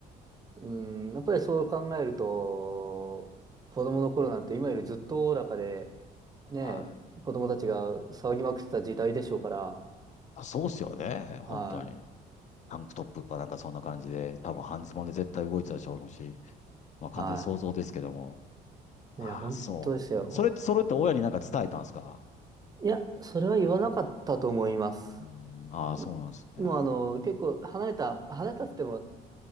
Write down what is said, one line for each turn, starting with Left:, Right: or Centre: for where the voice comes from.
Right: うん、やっぱりそう考えると、子供の頃なんて今よりずっとおおらかで、ね
Left: はい
Right: え、子供たちが騒ぎまくってた時代でしょうから、
Left: あ、そうっすよね、本当に。
Right: は
Left: タンクトップかなんかそんな感じで、多分半ズボンで絶対動いてたでしょうし。まあ完全に想像ですけども。
Right: い、は
Left: ああ、
Right: い。いや、本当ですよ。
Left: そうね。それ、それって親になんか伝えたんですか
Right: いや、それは言わなかったと思います。
Left: うん、ああ、
Right: も
Left: そうなんですね。
Right: うあの、結構離れた、離れたっつっても、